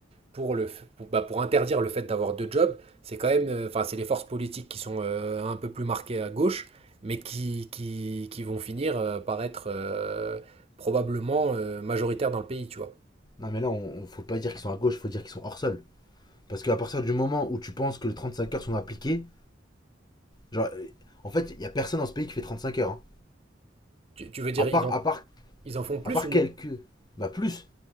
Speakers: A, on the right; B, on the left.
A: pour, le, pour, bah, pour interdire le fait d'avoir deux jobs, c'est quand même, euh, enfin, c'est les forces politiques qui sont euh, un peu plus marquées à gauche, mais qui, qui, qui vont finir euh, par être euh, probablement euh, majoritaires dans le pays, tu vois.
B: Non, mais là, on, on- faut pas dire qu'ils sont à gauche, il faut dire qu'ils sont hors sol. Parce qu'à partir du moment où tu penses que les 35 heures sont appliquées, genre, euh, en fait, il y a personne dans ce pays qui fait 35 heures. hein.
A: Tu, tu veux dire
B: À part,
A: ident-
B: à part,
A: Ils en font plus
B: à part
A: ou
B: quelques,
A: moins?
B: bah plus.